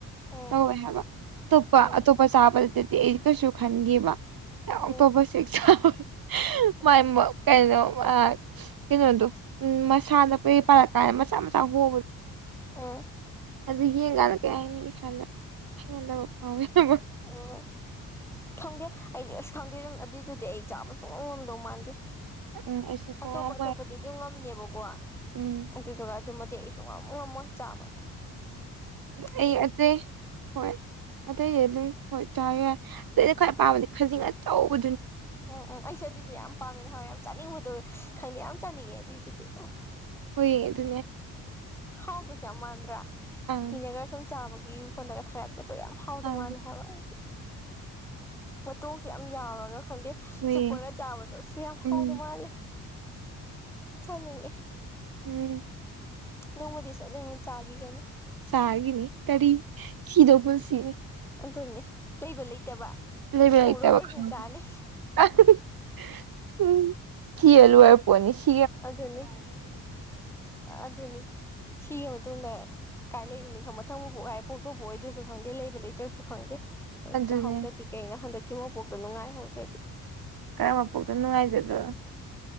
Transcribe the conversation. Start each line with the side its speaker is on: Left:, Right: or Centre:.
Centre: ꯎꯝ
Right: ꯇꯧꯋꯦ ꯍꯥꯏꯕ ꯑꯇꯣꯞꯄ
Centre: ꯎꯝ
Right: ꯑꯇꯣꯞꯄ ꯆꯥꯕꯗ ꯇꯗꯤ ꯑꯩ ꯀꯩꯁꯨ ꯈꯟꯗꯦꯕ ꯑꯣꯛꯇꯣꯄꯁ
Centre: ꯎꯝ
Right: ꯁꯦ ꯍꯦꯛ ꯆꯥꯕ
Centre: ꯎꯝ
Right: ꯃꯥꯏꯃꯣꯛ ꯀꯩꯍꯥꯏꯅꯣ ꯑꯥ ꯀꯩꯅꯣꯗꯨ ꯎꯝ ꯃꯁꯥꯗ ꯀꯩ ꯄꯛ ꯀꯥꯏ ꯃꯆꯥ ꯃꯆꯥ ꯍꯣꯕ
Centre: ꯑ
Right: ꯑꯗꯨ ꯌꯦꯡꯒꯥꯟꯗ ꯀꯩ ꯍꯥꯏꯅꯤ ꯏꯁꯥꯗ ꯍꯦꯟꯗꯕ ꯐꯥꯎꯋꯦ ꯍꯥꯏꯕ
Centre: ꯑꯣ ꯊꯪꯗꯦ ꯑꯩꯗꯤ ꯑꯁ ꯈꯪꯗꯦ ꯑꯗꯨꯝ ꯑꯗꯨꯏꯗꯨꯗꯤ ꯑꯩ ꯆꯥꯕ ꯁꯨꯡꯉꯝ ꯉꯝꯗꯧ ꯃꯥꯟꯗꯦ
Right: ꯎꯝ ꯑꯩꯁꯨ ꯁꯨꯡꯉꯝ
Centre: ꯑꯇꯣꯞꯄ ꯑꯇꯣꯞꯄꯗꯤ ꯑꯗꯨꯝ ꯉꯝꯅꯦꯕꯀꯣ
Right: ꯎꯝ
Centre: ꯑꯗꯨꯗꯨꯒ ꯑꯗꯨꯝ ꯗꯤ ꯑꯩ ꯁꯨꯛꯉꯝ ꯉꯝꯃꯣꯏ ꯆꯥꯕ ꯍꯥꯏꯗꯤ
Right: ꯑꯩ ꯑꯇꯩ ꯍꯣꯏ ꯑꯇꯩꯗꯤ ꯑꯗꯨꯝ ꯍꯣꯏ ꯆꯥ ꯌꯥꯏ ꯑꯩꯅ ꯈ꯭ꯋꯥꯏ ꯄꯥꯝꯕꯗꯤ
Centre: ꯎꯝ
Right: ꯈꯖꯤꯡ ꯑꯆꯧꯕ
Centre: ꯎꯝ ꯎꯝ ꯑꯩꯁꯨ ꯑꯗꯨꯏꯗꯨ ꯌꯥꯝ ꯄꯥꯝꯃꯦ ꯅꯍꯥꯟꯋꯥꯏ ꯌꯥꯝ ꯆꯥꯅꯤꯡꯕꯗꯣ ꯈꯪꯗꯦ ꯌꯥꯝ ꯆꯥꯅꯤꯡꯉꯦ ꯑꯗꯨꯏꯗꯨꯗꯤ ꯎ
Right: ꯍꯣꯏꯌꯦ ꯑꯗꯨ
Centre: ꯍꯥꯎꯗꯧꯁꯨ ꯌꯥꯝ ꯃꯥꯟꯗ꯭ꯔꯥ
Right: ꯑꯪ
Centre: ꯃꯤꯅꯒ ꯁꯨꯝ ꯆꯥꯕꯒꯤ ꯐꯣꯟꯗꯒ ꯊꯥꯒꯠ ꯄꯣꯠꯇꯣ ꯌꯥꯝ ꯍꯥꯎꯗꯧ
Right: ꯑꯪ
Centre: ꯃꯥꯜꯂꯦ ꯍꯥꯏꯕ ꯑꯩꯗꯤ ꯃꯇꯣꯡꯁꯨ ꯌꯥꯝ ꯌꯥꯎꯔꯒ ꯈꯟꯗꯦ
Right: ꯍꯨꯏꯌꯦ
Centre: ꯆꯨꯞꯄꯒ ꯆꯥꯕꯗꯣ ꯑꯁ ꯌꯥꯝ ꯍꯥꯎꯗꯧ
Right: ꯎꯝ
Centre: ꯃꯥꯜꯂꯦ ꯆꯅꯤꯡꯉꯦ
Right: ꯎꯝ
Centre: ꯅꯣꯡꯃꯗꯤ ꯁꯣꯏꯗꯅ ꯆꯥꯒꯤꯒꯅꯤ
Right: ꯆꯥꯒꯤꯅꯤ ꯀꯔꯤ ꯁꯤꯗꯧ ꯄꯨꯟꯁꯤꯅꯤ
Centre: ꯑꯗꯨꯅꯤ ꯂꯩꯕ ꯂꯩꯇꯕ
Right: ꯂꯩꯕ
Centre: ꯄꯨꯔ
Right: ꯂꯩꯇꯕ
Centre: ꯑꯣꯏꯔꯁꯨ
Right: ꯈꯪꯗꯦ
Centre: ꯆꯥꯅꯤ
Right: ꯑꯥ ꯍꯨꯡ ꯍꯨꯡ ꯎꯝ ꯁꯤ ꯑꯂꯨꯔ ꯄꯅꯤꯁꯤ
Centre: ꯑꯗꯨꯅꯤ ꯑꯗꯨꯅꯤ ꯁꯤꯒꯤ ꯃꯇꯨꯡꯗ ꯀꯥꯏ ꯂꯩꯔꯨꯅꯤ ꯈꯪ ꯃꯊꯪ ꯃ ꯄꯣꯛꯀꯥꯏ ꯄꯣꯛꯇꯧꯕꯕꯨ ꯑꯣꯏꯗ꯭ꯔꯁꯨ ꯈꯪꯗꯦ ꯂꯩꯕ ꯂꯩꯇ꯭ꯔꯁꯨ ꯈꯪꯗꯦ
Right: ꯑꯗꯨꯅꯦ
Centre: ꯆꯥꯛꯍꯧꯗ꯭ꯔꯗꯤ ꯀꯩꯅꯣ ꯍꯟꯗꯛꯀꯤ ꯃꯣꯄꯣꯛꯇꯣ ꯅꯨꯡꯉꯥꯏꯍꯧꯗ꯭ꯔꯗꯤ
Right: ꯀꯔꯝꯕ ꯄꯣꯛꯇ ꯅꯨꯡꯉꯥꯏꯖꯗ꯭ꯔꯣ